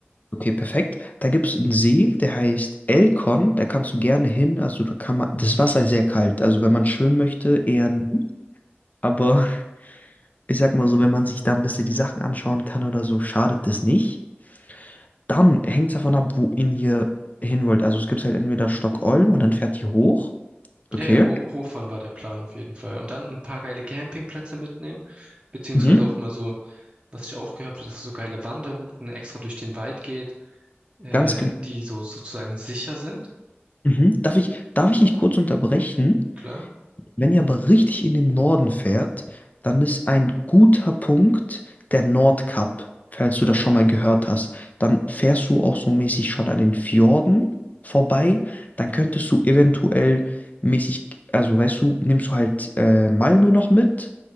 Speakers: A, on the left; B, on the right.
A: Okay, perfekt. Da gibt es einen See, der heißt Elkon, da kannst du gerne hin. Also da kann man, das Wasser ist sehr kalt, also wenn man schwimmen möchte, eher nicht. Aber <laughs> ich sag mal so, wenn man sich da ein bisschen die Sachen anschauen kann oder so, schadet das nicht. Dann hängt es davon ab, wo ihn hier hin wollt. Also es gibt halt entweder Stockholm und dann fährt ihr hoch. Okay,
B: Ja, ja, Ho Hochfahren war der Plan auf jeden Fall. Und dann ein paar geile Campingplätze mitnehmen, beziehungsweise
A: Mhm.
B: auch mal so, was ich auch gehört habe, dass so geile Wanderrouten extra durch den Wald geht, äh,
A: ganz genau.
B: die so sozusagen sicher sind,
A: Mhm. Darf ich, darf ich dich kurz unterbrechen?
B: klar.
A: Wenn ihr aber richtig in den Norden fährt, dann ist ein guter Punkt der Nordkap, falls du das schon mal gehört hast. Dann fährst du auch so mäßig schon an den Fjorden vorbei. Dann könntest du eventuell mäßig, also weißt du, nimmst du halt äh, Malmö noch mit,